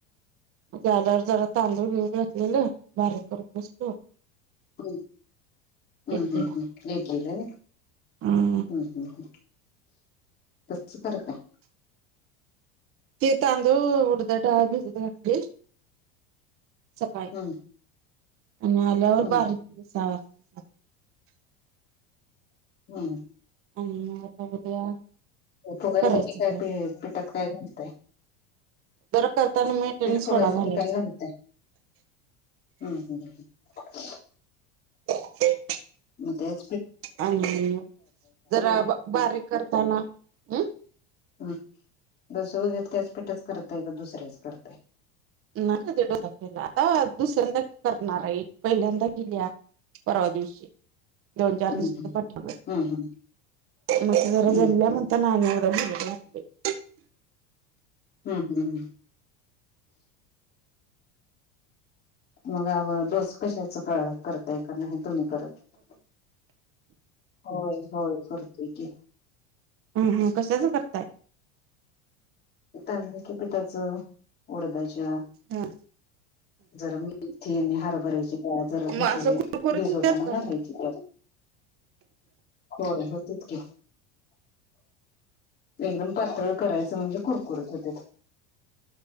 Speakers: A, on the right (about 45°); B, on the left (about 30°).
A: मते आल्यावर जरा तांदूळ भिजत घातलेल बारीक करत बसलो.
B: हम्म हम्म
A: इडलीला
B: हम्म हम्म इड्लीला वय.
A: हम्म
B: हम् हम् हं. कस्स करतात?
A: ते तांदूळ उडदाची डाळ भिजत घातली. सकाळी
B: हम्म
A: आणि आल्यावर
B: हम्म
A: बारीक सहा वाजता.
B: हम
A: आणि आता उद्या.
B: फुगायसाठी
A: करायचं
B: काय पिठात काय घालतय.
A: बर करताना मीठ
B: पीठ
A: आणि सोडा
B: फुगायसाठी
A: घालायचा.
B: काय घालताय हम्म हम्
A: <unintelligible>
B: म त्यात.
A: आणि जरा बारीक करताना हम.
B: हम दोस वर त्याच पेठाच करताय का दुसऱ्याच करताय.
A: नाही कधी दोसा केला आता दुसऱ्यांदा करणार आहे, पहिल्यांदा केल्या परवा दिवशी दोन चार
B: हम्म
A: दिवसाच पाठीमाग.
B: हम्म हम्म
A: मग जरा
B: हम्म
A: जमला म्हणताना आणि एकदा भिजत घातल य.
B: हम्म हम्म हम. मग आव डोसं कशाच क करतय. करताय का का <unintelligible> नाही तुम्ही करत होय होय करतोय की.
A: हम हम कशाच करताय.
B: तांदळाच्या पिठाचं जरा उडिद्याच्या
A: हा
B: जरा मेथी. आणि हरभऱ्याची डाळ जरा
A: मग
B: भिजत
A: असं कुरकुरीत
B: भिजवताना
A: होत्यात का
B: घालायची त्या. होय होत्यात की. एकदम पातळ करायचं म्हणजे कुरकुरीत होतय.